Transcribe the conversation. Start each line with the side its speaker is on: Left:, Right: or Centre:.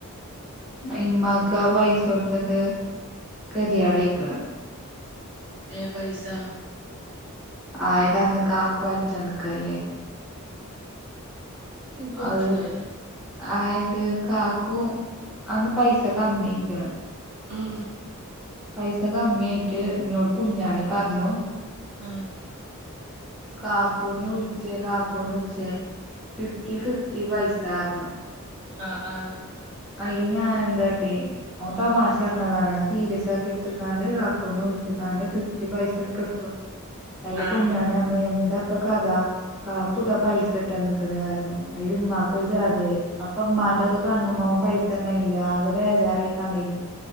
Centre: ഇമ്മാക്ക് അവൈസ കൊടുത്തത് കതി ആടയിക്കണ്
Right: എ പൈസാ
Centre: ആഹ് ഇതന്ന് കാക്കു അയച്ചന്ന്ക്കല്ലേ
Right: ഇൻക്ക് മനസ്സിലായില്ല
Centre: അത് ആയത് കാക്കു അന്ന് പൈസ കമ്മിയായ്ക്ക്ണ്
Right: ഉം
Centre: പൈസ കമ്മിയായിട്ട് ഇന്നോട് കുഞ്ഞാണി പറഞ്ഞു
Right: ആഹ്
Centre: കാക്കൂന് വിളിച്ചേ കാക്കൂന് വിളിച്ചേ ഫിഫ്റ്റി ഫിഫ്റ്റി പൈസ് തർന്നു
Right: ആഹ് ആഹ്
Centre: അയില് ഞാന് എന്താട്ടി ഓൻ തമാശ പറഞ്ഞതാണ് ഞാ സീരിയസ് ആക്കി എട്ത്ത്ക്കാണ്ട് കാക്കൂനാ വിളിച്ച്ക്കണ്ട് ഫിഫ്റ്റി പൈസ ഇട്ടോടുത്തു അയില്
Right: ആ
Centre: കുഞ്ഞാണിയറിഞ്ഞു എന്താ പ്പൊ കഥ കാക്കു ധാ പൈസ ഇട്ടന്ന്ക്ക്‌ണ് അർഞ്ഞു അയില് മ്മാക്കൊര് ജാതിയായി അപ്പ മ്മ ന്റൊക്ക കണ്ണുമ്മോ പൈസണ്ടയ്ല ആകെ ബേജാറായ്ക്കാണ്ടേയിനു